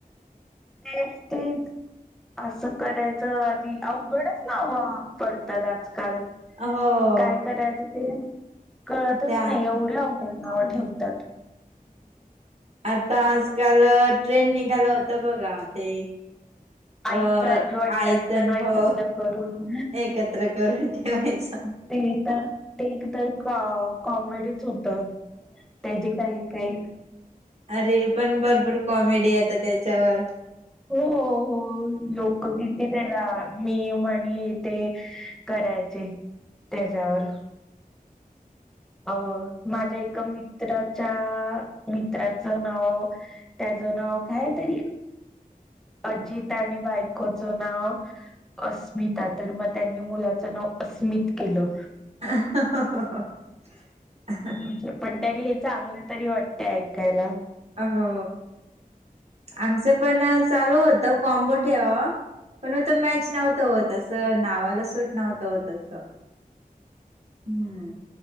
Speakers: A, in the centre; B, on the right (about 45°).
A: हेच ती, अस करायचं आधी अवघड हो पडतात आजकाल
B: हो
A: काय करायचं ते कळतच
B: त्यात
A: नाय एवढी
B: हम्म
A: अवघड नावं ठेवतात.
B: आता आजकाल ट्रेन निघालं होत बघा ते
A: आईचं
B: अ
A: आणि वडिलांचं
B: -आयचण
A: नाव
B: हो
A: एकत्र करून
B: एकत्र करून ठेवायचं.
A: ते तर ते एक तर कॉमेडी च होत त्याजी काय काय
B: अ -रीली पण भरपूर कॉमेडी येत्यात त्याच्यावर.
A: हो हो लोकगीत तिथेना मी वाणी ते करायचे. त्याज्यावर अ माझ्या एका मित्रांच्या त्राच नाव त्याचं नाव कायतरी अजित आणि बायकोचं नाव अस्मिता तर म त्यांनी मुलाचं नाव अस्मित केलं.
B: <inaudible>
A: म्हटलं पण हे चांगलं तरी वाटत ऐकायला.
B: अ हो. आमचं पण चालू होत कॉम्बो ठेवावा पण आता मॅच नव्हतं होत अस नावाला सूट नव्हत होतं असं हम्.